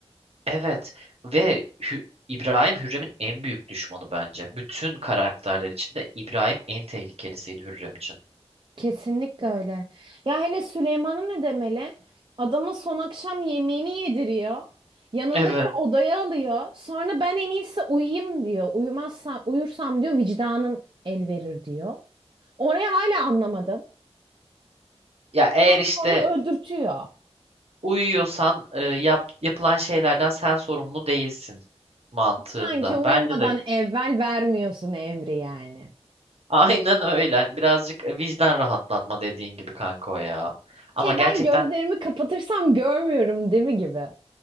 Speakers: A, on the right; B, on the right.
A: Evet ve Hü- İbrahim Hürrem'in en büyük düşmanı bence. Bütün karakterler içinde İbrahim en tehlikelisiydi Hürrem için.
B: Kesinlikle öyle. Ya hele Süleyman'ı ne demeli? Adamın son akşam yemeğini yediriyor. Yanındaki
A: Evet.
B: odaya alıyor. Sonra ben en iyisi uyuyayım diyor. Uyumazsam, uyursam diyor vicdanım el verir diyor. Orayı hala anlamadım.
A: Ya
B: Ondan
A: eğer işte
B: sonra öldürtüyor.
A: uyuyorsan e, yap, yapılan şeylerden sen sorumlu değilsin mantığında.
B: Sanki uyumadan
A: Bence de
B: evvel vermiyorsun emri yani.
A: Aynen öyle. Hani birazcık e, vicdan rahatlatma dediğin gibi kanka o ya. Ama
B: Şey
A: gerçekten
B: ben gözlerimi kapatırsam görmüyorum değil mi gibi.